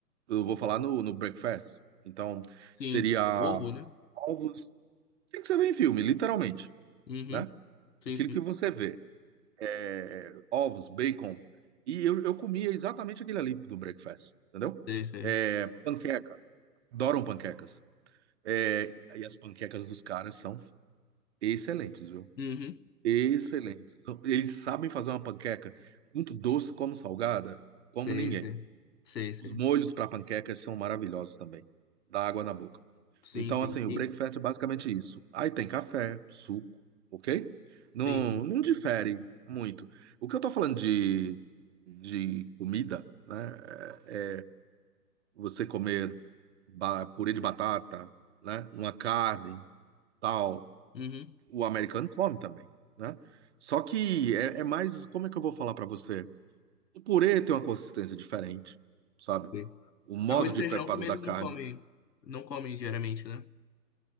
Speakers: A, on the right (about 45°); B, on the left (about 85°).
A: eu vou falar no, no breakfast. Então,
B: sim.
A: seria
B: Ovo, né?
A: ovos, o que você vê em filme, literalmente,
B: Uhum,
A: né?
B: sim,
A: Aquilo
B: sim.
A: que você vê, é, ovos, bacon. E eu, eu comia exatamente aquele ali do breakfast, entendeu?
B: Sei, sei.
A: É, panqueca, adoram panquecas. É, e as panquecas dos caras são excelentes, viu?
B: Uhum,
A: Excelentes. Então, Eles sabem fazer uma panqueca muito doce como salgada, como
B: sei,
A: ninguém.
B: sei. Sei, sei.
A: Os molhos para panquecas são maravilhosos também. Dá água na boca.
B: Sim,
A: Então,
B: sim.
A: assim,
B: E-
A: o breakfast é basicamente isso. Aí tem café, suco, ok? Não,
B: sim, sim.
A: não difere muito. O que eu tô falando de, de comida, né? é Você comer ba- purê de batata, né? Uma carne, tal.
B: Uhum,
A: O americano come também, né? Só que é, é mais, como é que eu vou falar para você? O purê tem uma consistência diferente, sabe?
B: sei.
A: O modo
B: Arroz
A: de
B: e feijão
A: preparo
B: também
A: da
B: eles
A: carne
B: não comem, não comem diariamente, né?